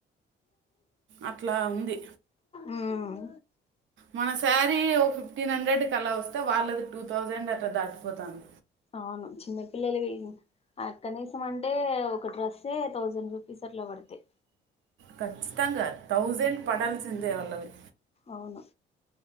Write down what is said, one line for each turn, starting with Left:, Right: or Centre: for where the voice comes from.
Right: అట్లా ఉంది
Left: ఉమ్
Right: మన శారీ ఓ ఫె టీన్ హండ్రెడ్కి అలా వస్తే వాళ్ళది టూ థౌజండ్ అట్లా దాటిపోతుంది
Left: అవును చిన్నపిల్లలు అక్కనీసం అం అంటే ఒక డ్రస్ ఎ థౌజండ్ రూపీస్ అట్లా పడతాయి
Right: కచ్చితంగా తథౌజండ్ పడల్స్ందే వలవి
Left: అవును